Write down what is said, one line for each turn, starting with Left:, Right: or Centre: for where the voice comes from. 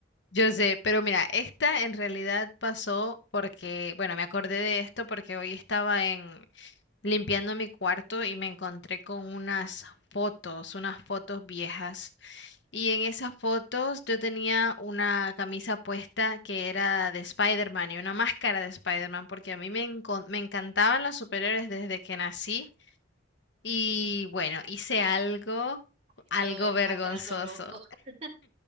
Left: Yo sé, pero mira, esta en realidad pasó porque, bueno, me acordé de esto porque hoy estaba en limpiando mi cuarto y me encontré con unas fotos, unas fotos viejas. Y en esas fotos yo tenía una camisa puesta que era de Spider-Man y una máscara de Spider-Man porque a mí me, encon- me encantaban los superhéroes desde que nací. Y bueno, hice algo,
Right: Ay,
Left: algo
Right: Puedo ver
Left: vergonzoso.
Right: que va a ser algo loco. <laughs>